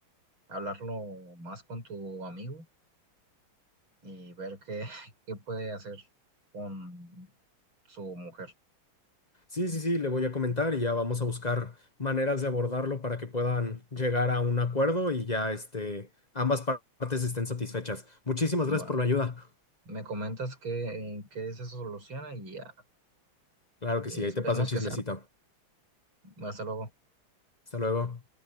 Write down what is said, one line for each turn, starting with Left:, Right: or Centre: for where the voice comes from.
Right: hablarlo más con tu amigo y ver qué, <laughs> qué puede hacer con su mujer.
Left: Sí, sí, sí, le voy a comentar y ya vamos a buscar maneras de abordarlo para que puedan llegar a un acuerdo y ya este, ambas partes estén satisfechas. Muchísimas gracias
Right: Va.
Left: por la ayuda.
Right: Me comentas que, en qué se soluciona y ya.
Left: Claro que
Right: Y
Left: sí,
Right: esperemos
Left: ahí te paso el chismecito.
Right: que sean. Hasta luego.
Left: Hasta luego.